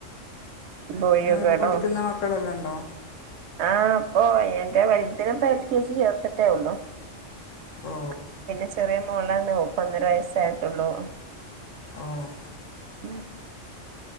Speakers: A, on the right; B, on the left.
A: - പോയിയൊക്കാണോ
B: നിങ്ങൾക്ക് പഠിക്കുന്ന മക്കളെല്ലാം ഉണ്ടോ
A: ആഹ് - ഓ എന്റെ വൽതിന ഇപ്പ എൽ കെ ജി ചേർത്തിട്ടേ ഉള്ളോ -
B: ഓ
A: പിന്നെ- ചെറിയ മോളണ് ഓക്ക് ഒന്നര വയസ്സായിട്ടുള്ളൂ-
B: മ് -
A: മ് -